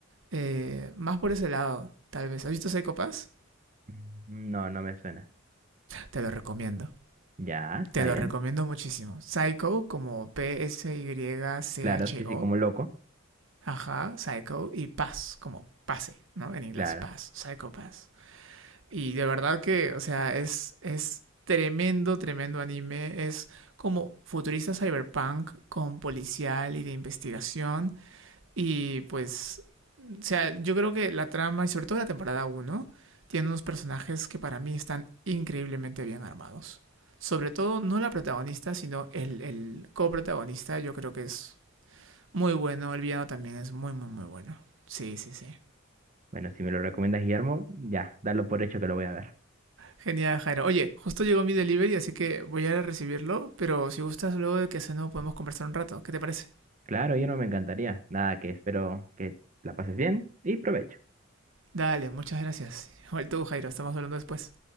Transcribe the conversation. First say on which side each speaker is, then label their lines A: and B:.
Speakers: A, on the right; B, on the right.
A: eh, más por ese lado, tal vez. ¿Has visto Psycho Pass?
B: Mm, No, no me suena.
A: Te lo recomiendo.
B: Ya, está
A: Te lo
B: bien.
A: recomiendo muchísimo. Psycho como P-S-Y-C-H-O.
B: Claro, sí, sí, como loco.
A: Ajá, Psycho. Y Paz como pase, ¿no? En inglés,
B: Claro.
A: Paz. Psycho Paz. Y de verdad que, o sea, es, es tremendo, tremendo anime. Es como futurista cyberpunk con policial y de investigación. Y pues o sea, yo creo que la trama, y sobre todo la temporada uno tiene unos personajes que para mí están increíblemente bien armados. Sobre todo, no la protagonista, sino el, el coprotagonista, yo creo que es muy bueno. El villano también es muy, muy, muy bueno. Sí, sí, sí.
B: Bueno, si me lo recomiendas, Guillermo, ya, dalo por hecho que lo voy a ver.
A: Genial, Jairo. Oye, justo llegó mi delivery, así que voy a ir a recibirlo, pero si gustas, luego de que no podemos conversar un rato. ¿Qué te parece?
B: Claro, yo no me encantaría. Nada, que espero que la pases bien y provecho.
A: Dale, muchas gracias. Igual tú, Jairo, estamos hablando después.